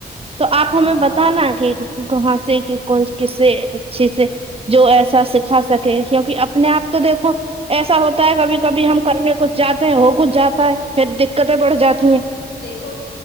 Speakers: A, on the right (about 35°); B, on the left (about 80°).
A: تو آپ
B: ہاں
A: ہمیں بتانا کہ کہاں سے کہ کون کسے اچھے سے جو ایسا سکھا سکے کیوںکہ اب نے آپ تو دیکھو ایسا ہوتا ہے کبھی کبھی
B: نہیں
A: ہم کرنے کو جاتے ہیں ہو کچھ جاتا ہے پھر دقتیں بڑ جاتی ہیں
B: ہمم دیکھو